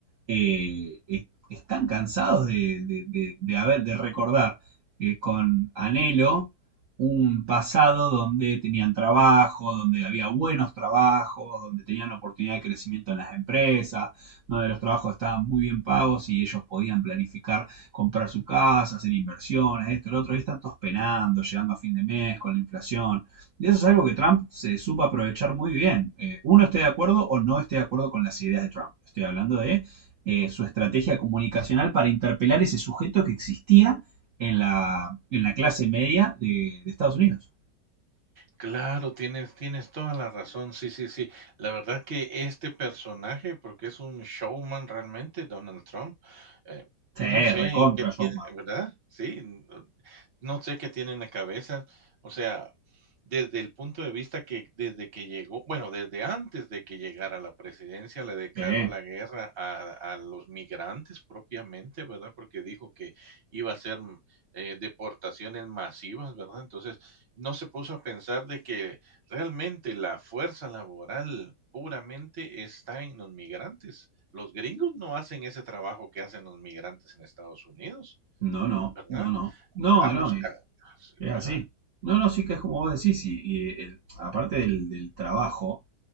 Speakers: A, on the right; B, on the right.
A: eh, eh, están cansados de, de, de- de haber, de recordar eh, con anhelo un pasado donde tenían trabajo, donde había buenos trabajos, donde tenían oportunidad de crecimiento en las empresas, donde los trabajos estaban muy bien pagos y ellos podían planificar comprar su casa, hacer inversiones, esto, lo otro, y están todos penando, llegando a fin de mes con la inflación. Y eso es algo que Trump se supo aprovechar muy bien. Eh, uno esté de acuerdo o no esté de acuerdo con las ideas de Trump. Estoy hablando de eh, su estrategia comunicacional para interpelar ese sujeto que existía en la, en la clase media de, de Estados Unidos.
B: Claro, tienes tienes toda la razón. Sí, sí, sí. La verdad que este personaje, porque es un showman realmente, Donald Trump, eh, no
A: Sí,
B: sé
A: recontra
B: qué tiene,
A: Showman.
B: ¿verdad? Sí, n no sé qué tiene en la cabeza. O sea, desde el punto de vista que desde que llegó, bueno, desde antes de que llegara a la presidencia, le declaró
A: Sí.
B: la guerra a a los migrantes propiamente, ¿verdad? Porque dijo que iba a ser mm, eh, deportaciones masivas, ¿verdad? Entonces no se puso a pensar de que realmente la fuerza laboral puramente está en los migrantes. Los gringos no hacen ese trabajo que hacen los migrantes en Estados Unidos,
A: No, no,
B: ¿verdad?
A: no, no. No,
B: A los
A: no, es,
B: ca sí,
A: es
B: ¿verdad?
A: así. No, no, sí que es como vos decís. Y, y el- aparte del, del trabajo,